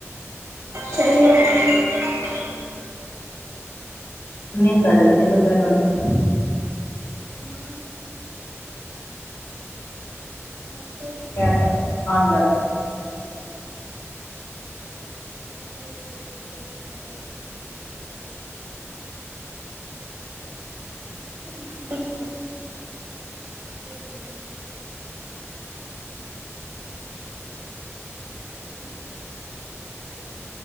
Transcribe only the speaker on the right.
चलो
हूं अच्छा
ओ ओ ज ट करी छ लमब छ लेट सु